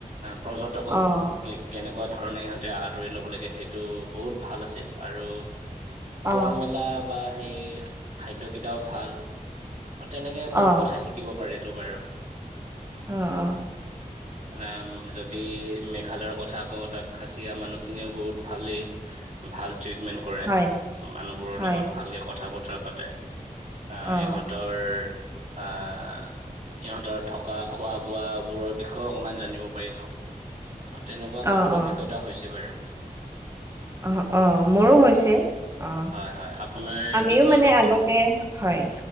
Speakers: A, on the right; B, on the right.
A: পৰ্যটকক
B: অ
A: কেনেকুৱা ধৰণে ইহঁতে আদৰি ল'ব লাগে, সেইটো বহুত ভাল আছিল, আৰু খোৱা
B: অ',
A: মেলা বা সেই খাদ্যকেইটাও ভাল, তেনেকে
B: অ',
A: বহুত থিকিব পাৰিলো বাৰু।
B: আহ, অ'।
A: মানে যদি, মেঘালয়ৰ কথা কওঁ, তাত খাচিয়া মানুহখিনিও বহুত ভালেই। ভাল ট্ৰিটমেন্ট কৰে,
B: হয়,
A: মানুহবোৰৰ
B: হয়,
A: লগত ভালকে কথা বতৰা পাতে। আহ,
B: অ',
A: ইহঁতৰ আহ ইহঁতৰ থকা, খোৱা বোৱা বোৰৰ বিষয়েও, অকমান জানিব পাৰিলো। তেনেকুৱা
B: অ',
A: বহুত
B: অ',
A: অভিজ্ঞতা হৈছে বাৰু।
B: আহ, অ', মোৰো হৈছে, অ'
A: হয় হয় আপোনাৰ
B: আমিও
A: বিষয়ে
B: মানে
A: অলপ
B: আগতে,
A: ক
B: হয়।